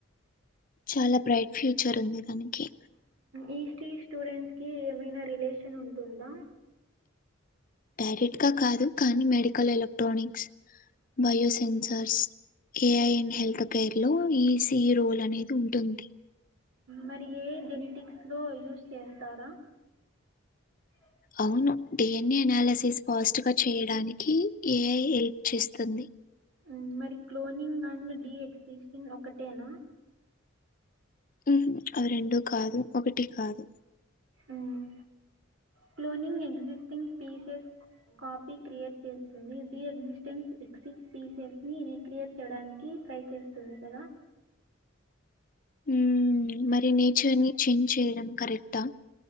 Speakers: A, on the left; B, on the right.
A: చాలా బ్రైట్ ఫ్యూచర్ ఉంది దానికి.
B: ఈస్టీ స్టూడెంట్స్ కి ఏమైనా రిలేషన్ ఉంటుందా?
A: డైరెక్ట్ గా కాదు కానీ medical electronics bio sensors AIN
B: హ్మ్.
A: హెల్త్ కేర్ లో ఈసి రోల్ అనేది ఉంటుంది
B: మరి ఏ జెనటిక్స్ లో యూజ్ చేస్తారా ఆ
A: అవును డిఎన్ఏ అనాలిసిస్ ఫాస్ట్ గా చేయడానికి ఏ ఐ హెల్ప్ చేస్తుంది
B: ఉమ్ మరి క్లోనింగ్ అండ్ డీఎక్సిటిన్ ఒకటేనా
A: ఉమ్ అవి రెండు కాదు ఒకటి కాదు
B: ఉమ్ cloning existing species copy create చేస్తుంది డి ఎగ్జిస్టెన్స్ ఎక్సిట్ పీసెస్ ని రిక్రియేట్ చేయడానికి ట్రై చేస్తుంది కదా
A: ఉమ్ మరి నేచర్ ని చేంజ్ చేయడం కరెక్టా